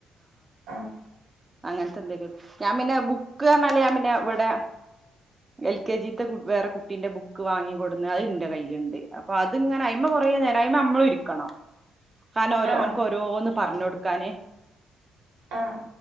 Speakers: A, on the right; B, on the right.
A: ആഹ്
B: അങ്ങനത്തെ എന്തെങ്കിലും ഞാൻ പിന്നെ ബുക്ക് പറഞ്ഞാലേ ഞാൻ പിന്നെ ഇവിടെ എൽ കെ ജി ത്തെ വേറെ കുട്ടീന്റെ ബുക്ക് വാങ്ങികൊടുവന്ന് അത് എന്റെ കയ്യിലുണ്ട്. അപ്പൊ അ ഇതിങ്ങനെ ആയ്മേ കുറേ നേരംഅയ്മേ നമ്മളുംഇരിക്കണം. ഹാന ഓരോ
A: ആഹ്
B: അവനക്ക് ഓരോന്ന് പറഞ്ഞു കൊടുക്കാന്.
A: ആഹ്